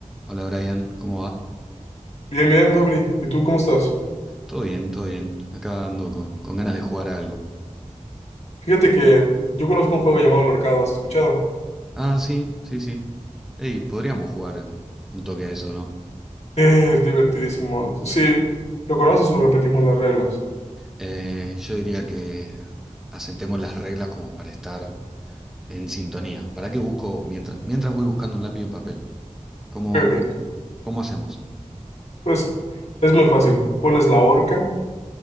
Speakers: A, in the centre; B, on the left.
A: Hola Brian, ¿cómo va?
B: Bien, bien, Fabri. ¿Y tú cómo estás?
A: Todo bien, todo bien. Acá ando con, con ganas de jugar a algo.
B: Fíjate que yo conozco un juego llamado El Horcado, ¿has escuchado?
A: Ah, sí, sí, sí. Ey, podríamos jugar un toque a eso, ¿no?
B: Es divertidísimo. Sí, ¿lo conoces o repetimos las reglas?
A: Eh, yo diría que asentemos las reglas como para estar en sintonía. ¿Para qué busco mientras? Mientras voy buscando un lápiz y un papel. ¿Cómo,
B: Ok, ok.
A: cómo, cómo hacemos?
B: Pues es muy fácil. Pones la horca,